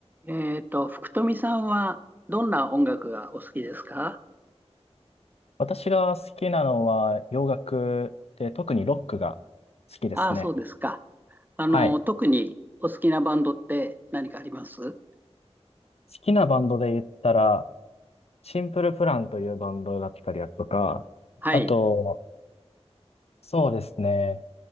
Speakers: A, on the right (about 15°); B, on the left (about 65°).
A: えっと、福富さんはどんな音楽がお好きですか
B: 私が好きなのは洋楽で、特にロックが好きですね。
A: ああ、そうですか。あの、
B: はい。
A: 特にお好きなバンドって何かあります
B: 好きなバンドで言ったら、シンプルプランというバンドだったりだとか、
A: はい。
B: あと、そうですね、